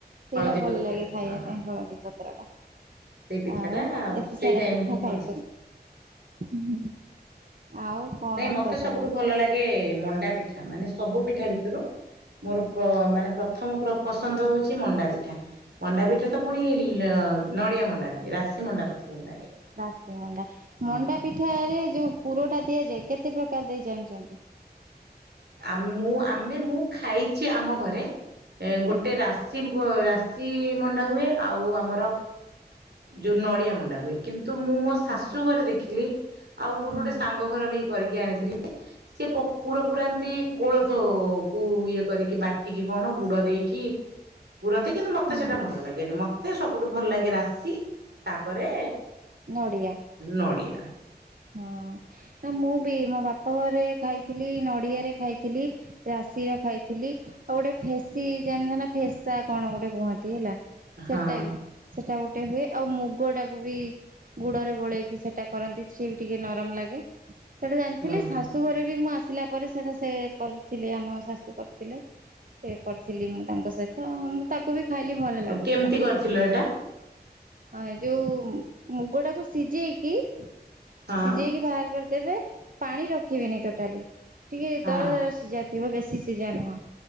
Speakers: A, on the right; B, on the right.
A: ସେଇଟା
B: ହଳଦୀ
A: ଭଲ
B: ପତ୍ରଟା
A: ଲାଗେ ଖାଇବା
B: ହଁ
A: ପାଇଁ ହଳଦୀ ପତର ଟା।
B: ସେଇ ପିଠାଟା
A: ଆଉ ଏତେ
B: ସେଇ
A: ସାରା
B: ଟାଇମରେ
A: ପିଠା
B: ହିଁ
A: ଖାଇଛନ୍ତି?
B: ଭଲ।
A: ହୁଁ। ଆଉ? କଣ
B: ନାଇଁ ମତେ
A: ସବୁ
B: ସବୁଠୁ ଭଲ ଲାଗେ ମଣ୍ଡା ପିଠା ମାନେ ସବୁ ପିଠା ଭିତରୁ ମୋର ମାନେ ପ୍ରଥମ ପସନ୍ଦ ହଉଚି ମଣ୍ଡା ପିଠା। ମଣ୍ଡା ପିଠା ତ ପୁଣି ନଡ଼ିଆ ମଣ୍ଡା ନୁହେଁ ରାଶି ମଣ୍ଡା ମତେ ଭଲ ଲାଗେ।
A: ରାସି ମଣ୍ଡା
B: ହଁ।
A: ମଣ୍ଡା ପିଠାରେ ଯଉ ପୁରଟା ଦିଆଯାଏ କେତେ ପ୍ରକାର ଦେଇ ଜାଣିଚନ୍ତି?
B: ଆମ୍ ମୁଁ ଆମେ ମୁଁ ଖାଇଚି ଆମ ଘରେ ଏ ଗୋଟେ
A: ଆଜ୍ଞା
B: ରାଶ୍ ସି ରାଶି ମଣ୍ଡା ହୁଏ ଆଉ ଆମର ଯୁ ନଡ଼ିଆ ମଣ୍ଡା ହୁଏ କି ନ୍ତୁ ମୁଁ ମୋ ଶାଶୁ
A: ଆଚ୍ଛା
B: ଘରେ ଦେଖିଲି ଆଉ ମୋର
A: ହୁଁ
B: ଗୋଟେ ସାଙ୍ଗ ଘର ବି କରିକି ଆଣିଥିଲେ ସେ ପ ପୁରା ଏମିନ୍ତି କୋଳଥ କୁ ଇଏ କରିକି ବା ଟିକେ କଣ ଗୁଡ ଦେଇକି ପୁରନ୍ତି କିନ୍ତୁ ମତେ
A: ହଁ
B: ସେଇଟା ଭଲ ଲାଗେନି ମ ତେ ସବୁଠୁ ଭଲ ଲାଗେ ରାସି ତାପରେ
A: ନଡ଼ିଆ
B: ନଡ଼ିଆ।
A: ହଁ ନା ମୁଁ ବି ମୋ ବାପ ଘରେ ଖାଇଥିଲି ନଡିଆରେ ଖାଇଥିଲି। ରାଶିର ଖାଇଥିଲି ଆଉ ଗୋଟେ ଫେସି ଜାଣିଚ ନା ଫେସା କଣ ଗୋଟେ କୁହନ୍ତି ହେଲା।
B: ହଁ
A: ସେଟା ବି। ସେଟା ଗୋଟେ ହୁଏ ଆଉ ମୁଗ ଟାକୁ ବି ଗୁଡରେ ଗୋଳେଇକି ସେଇଟା କରନ୍ତି। ସେ ବି ଟିକେ ନରମ ଲାଗେ ସେଟା ଜାଣିଥିଲେ
B: ହଁ
A: ଶାଶୁଘରେ ବି ମୁଁ ଆସିଲା ପରେ ସେଇଟା ସେ କରିଥିଲି ଆମ ଶାଶୁ କରିଥିଲେ। ସେ କରିଥିଲି ମୁଁ ତାଙ୍କ ସହିତ ମୁଁ ତାକୁ ବି ଖାଇଲି ଭଲ ଲାଗୁଥିଲା।
B: କେମିତି କରିଥିଲ ଏଟା
A: ହଁ ଏଯୋଉ ମୁଗ ଟାକୁ ସିଝେଇକି
B: ହଁ
A: ସିଝେଇକି ବାହାର କରିଦେବେ ପାଣି ରଖିବେନି ଟୋଟାଲି ଟିକେ
B: ହଁ
A: ଦର ଦର ସିଝା ଥିବ ବେଶୀ ସିଝା ନୁହଁ